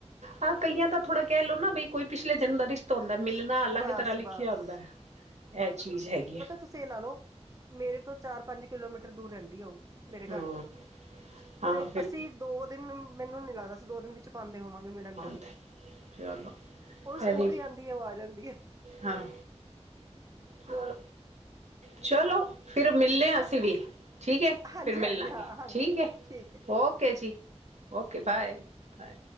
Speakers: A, on the right; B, on the right.
A: ਆਹ ਕਈਆਂ ਤਾਂ ਥੋੜਾ ਕਹਿ ਲਓ ਨਾ ਬਈ ਕੋਈ ਪਿਛਲੇ ਜਨਮ ਦਾ ਰਿਸ਼ਤਾ ਹੁੰਦਾ ਮਿਲਣਾ ਅਲੱਗ
B: ਬਸ
A: ਤਰ੍ਹਾਂ ਲਿਖਿਆ
B: ਬਸ
A: ਹੁੰਦਾ, ਇਹ ਚੀਜ਼ ਹੈਗੀ ਹੈ।
B: ਤੁਸੀ ਲਾ ਲਓ ਮੇਰੇ ਤੋਂ ਚਾਰ ਪੰਜ ਕਿਲੋਮੀਟਰ ਦੂਰ ਰਹਿੰਦੀ ਉਹ। ਮੇਰੇ ਘਰ
A: ਹਾਂ
B: ਤੋਂ
A: ਹਾਂ
B: ਤੇ
A: ਫਿਰ
B: ਅਸੀਂ ਦੋ ਦਿਨ ਮੈਨੂੰ ਨੀ ਲੱਗਦਾ ਅਸੀ ਦੋ ਦਿਨ ਵਿੱਚ। ਪਾਉਂਦੇ ਹੋਵਾਂਗੇ ਮਿਲਣ
A: ਆਉਂਦਾ
B: ਕੰਨੀਓ
A: ਚਲੋ
B: ਉਹ ਸਕੂਟਰੀ
A: ਇਹ ਵੀ
B: ਆਉਂਦੀ ਹੈ ਉਹ ਆ ਜਾਂਦੀ। ਹੈ
A: ਹਾਂ ਚੋ ਚਲੋ, ਫਿਰ ਮਿਲਲੇ
B: ਚਲੋ
A: ਹਾਂ ਅਸੀਂ ਵੀ ਠੀਕ ਹੈ
B: ਹਾਂਜੀ
A: ਫਿਰ ਮਿਲਲਾਗੇ
B: ਹਾਂਜੀ ਹਾਂ ਹਾਂਜੀ
A: ਠੀਕ ਹੈ।
B: ਠੀਕ ਹੈ
A: ਓਕੇ ਜੀ ਓਕੇ ਬਾਏ ਬਾਏ।